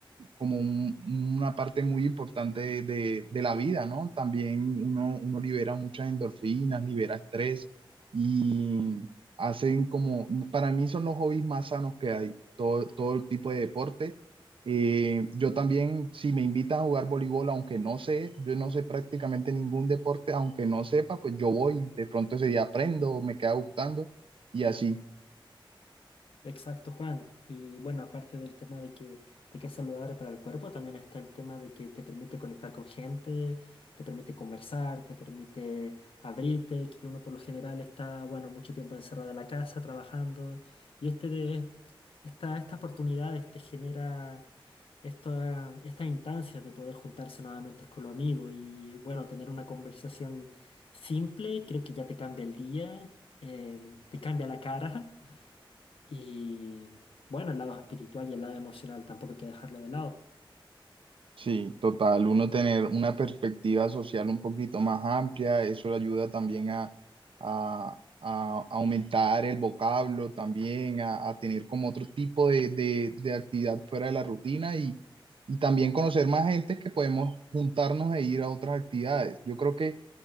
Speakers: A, on the right; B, on the left.
A: como un, una parte muy importante de, de, la vida, ¿no? También uno, uno libera muchas endorfinas, libera estrés y hacen como, para mí son los hobbies más sanos que hay, todo, todo el tipo de deporte. Eh, yo también, si me invitan a jugar voleibol, aunque no sé, yo no sé prácticamente ningún deporte, aunque no sepa, pues yo voy, de pronto ese día aprendo, me queda gustando y así.
B: Exacto, Juan. Y bueno, aparte del tema de que, de que es saludable para el cuerpo, también está el tema de que te permite conectar con gente, te permite conversar, te permite abrirte, que uno por lo general está, bueno, mucho tiempo encerrado en la casa trabajando. Y este de, esta, estas oportunidades te genera esta- estas instancias de poder juntarse nuevamente con los amigos y bueno, tener una conversación simple, creo que ya te cambia el día, em, te cambia la cara. Y bueno, el lado espiritual y el lado emocional tampoco hay que dejarlo de lado.
A: Sí, total, uno tener una perspectiva social un poquito más amplia, eso le ayuda también a, a- a aumentar el vocablo, también a, a tener como otro tipo de, de- de actividad fuera de la rutina y, y también conocer más gente que podemos juntarnos e ir a otras actividades. Yo creo que